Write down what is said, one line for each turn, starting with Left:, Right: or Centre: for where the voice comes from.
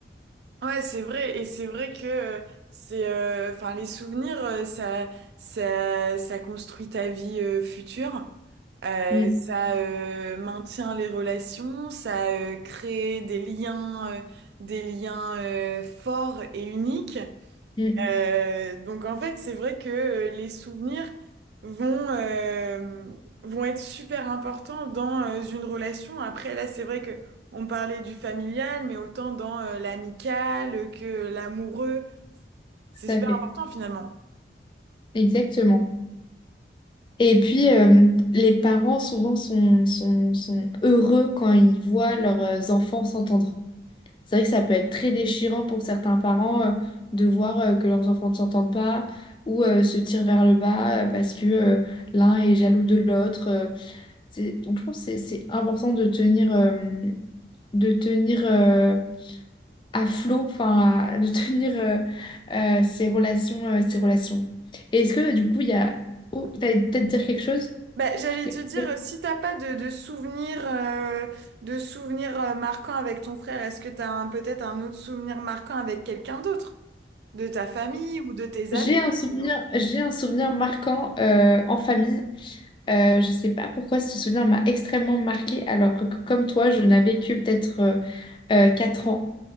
Right: ouais, c'est vrai et c'est vrai que euh, c'est, euh, enfin, les souvenirs, euh, ça, ça, ça construit ta vie euh, future. Euh,
Left: Mm,
Right: ça euh, maintient les relations, ça euh, crée des liens, euh, des liens euh, forts et uniques.
Left: mm,
Right: Euh, donc en fait, c'est vrai que euh, les souvenirs vont, euh, vont être super importants dans euh, une relation. Après, là, c'est vrai que on parlait du familial, mais autant dans euh, l'amical que l'amoureux. C'est
Left: tout
Right: super
Left: à fait,
Right: important finalement.
Left: exactement. Et puis, euh, les parents, souvent, sont, sont, sont heureux quand ils voient leurs euh, enfants s'entendre. C'est vrai que ça peut être très déchirant pour certains parents euh, de voir euh, que leurs enfants ne s'entendent pas ou euh, se tirent vers le bas euh, parce que euh, l'un est jaloux de l'autre. euh, c'est- donc je pense que c'est c'est important de tenir, euh, de tenir euh, à flot, enfin à- de <laughs> tenir euh, euh, ces relations, euh, ces relations. Et est-ce que du coup il y a... Oh, t'allais peut-être dire quelque chose?
Right: Bah, j'allais
Left: Je t'ai
Right: te dire,
Left: coupé.
Right: si t'as pas de, de souvenirs, euh, de souvenirs euh, marquants avec ton frère, est-ce que t'as un- peut-être un autre souvenir marquant avec quelqu'un d'autre? De ta famille ou de tes
Left: J'ai
Right: amis,
Left: un
Right: par
Left: souvenir,
Right: exemple?
Left: j'ai un souvenir marquant euh, en famille. Euh, je sais pas pourquoi ce souvenir m'a extrêmement marqué alors que comme toi, je n'avais que peut-être euh, euh, 4 ans.